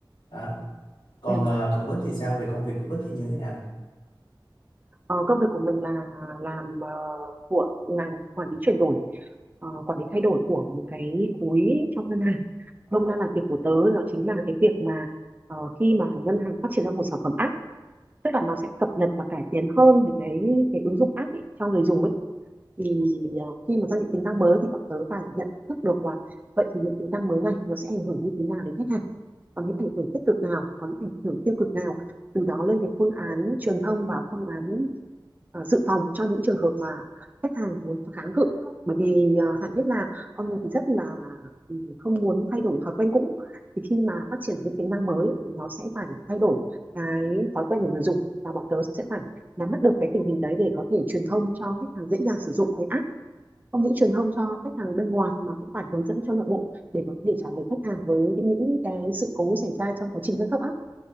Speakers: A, on the left; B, on the right.
A: đó. còn
B: Ừ.
A: ờ, còn Bích thì sao về công việc của Bích thì như thế nào
B: Ờ, công việc của mình là làm ờ, của làm quản lý chuyển đổi ờ, quản lý thay đổi của một cái khối trong ngân hàng hôm nay là việc của tớ nó chính là cái việc mà ờ, khi mà ngân hàng phát triển ra một sản phẩm app tức là nó sẽ cập nhật và cải tiến hơn về cái cái ứng dụng app ấy, cho người dùng ấy thì ờ, khi mà ra những tính năng mới thì bọn tớ phải nhận thức được là vậy thì những tính năng mới này nó sẽ ảnh hưởng như thế nào đến khách hàng có những ảnh hưởng tích cực nào có những ảnh hưởng tiêu cực nào từ đó lên cái phương án truyền thông và phương án ờ, dự phòng cho những trường hợp mà khách hàng muốn kháng cự bởi vì ờ, Hải biết là con người thì rất là không muốn thay đổi thói quen cũ thì khi mà phát triển những tính năng mới thì nó sẽ phải thay đổi cái thói quen của người dùng và bọn tớ sẽ phải nắm bắt được cái tình hình đấy để có thể truyền thông cho khách hàng dễ dàng sử dụng cái app không những truyền thông cho khách hàng bên ngoài mà cũng phải hướng dẫn cho nội bộ để có thể trả lời khách hàng với những, những cái sự cố xảy ra trong quá trình nâng cấp á